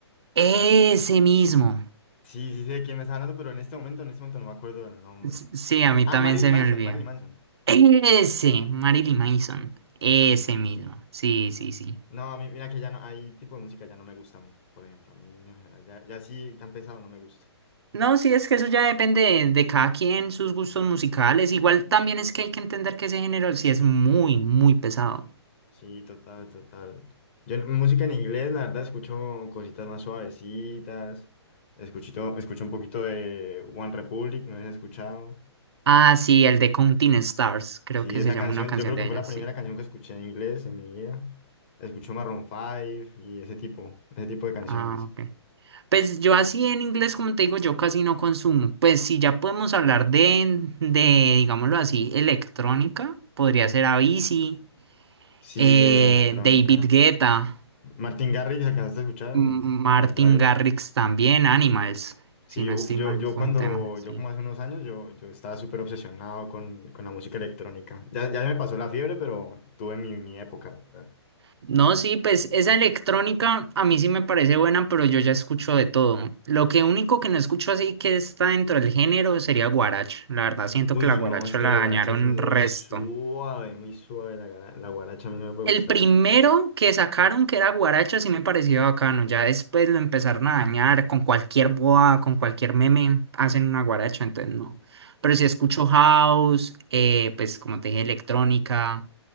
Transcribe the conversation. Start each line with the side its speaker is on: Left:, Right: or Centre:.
Right: Ese mismo.
Left: Sí, sí sé de quién me está hablando, pero en este momento, en este momento no me acuerdo del nombre.
Right: S- Sí, a mí
Left: Ah,
Right: también
Left: Marilyn
Right: se
Left: Manson,
Right: me olvida.
Left: Marilyn Manson.
Right: Ese, Marilyn Manson. Ese
Left: Marilyn Manson.
Right: mismo. Sí, sí, sí.
Left: No, a mí, mira que ya no, hay tipo de música ya no me gusta a mí, por ejemplo. A mí en general, ya, ya sí tan pesado no me gusta.
Right: No, sí, es que eso ya depende de, de cada quien, sus gustos musicales. Igual también es que hay que entender que ese género sí es muy, muy pesado.
Left: Sí, total, total. Yo en- música en inglés, la verdad, escucho cositas más suavecitas. Escuchito, escucho un poquito de One Republic, no sé si has escuchado.
Right: Ah, sí, el de Counting Stars, creo
Left: Sí,
Right: que
Left: esa
Right: se llama
Left: canción,
Right: una canción
Left: yo creo
Right: de
Left: que fue
Right: ella,
Left: la
Right: sí.
Left: primera canción que escuché en inglés en mi vida. Escucho Maroon 5 y ese tipo, ese tipo de canciones.
Right: Ah, ok. Pues yo así en inglés, como te digo, yo casi no consumo. Pues si ya podemos hablar de, de, digámoslo así, electrónica, podría ser Avicii,
Left: Sí,
Right: eh,
Left: eh, electrónica.
Right: David Guetta,
Left: Martin Garrix, ¿alcanzaste a escuchar
Right: M-
Left: en
Right: Martin
Left: electrónica?
Right: Garrix también, Animals, si
Left: Sí,
Right: no
Left: uf,
Right: estoy
Left: yo,
Right: mal,
Left: yo
Right: fue
Left: cuando,
Right: un tema, sí.
Left: yo como hace unos años, yo, yo estaba súper obsesionado con, con la música electrónica. Ya, ya me pasó la fiebre, pero tuve mi, mi época, ¿verdad?
Right: No, sí, pues esa electrónica a mí sí me parece buena, pero yo ya escucho de todo. Lo que único que no escucho así que está dentro del género sería guaracha. La verdad, siento
Left: Uy,
Right: que la guaracha
Left: no, es que
Right: la
Left: la guaracha
Right: dañaron
Left: es muy
Right: resto.
Left: suave, muy suave, la, gara- la guaracha a mí no me puede
Right: El
Left: gustar.
Right: primero que sacaron que era guaracha sí me pareció bacano. Ya después lo empezaron a dañar con cualquier boa, con cualquier meme, hacen una guaracha, entonces no. Pero sí escucho house, eh, pues como te dije, electrónica,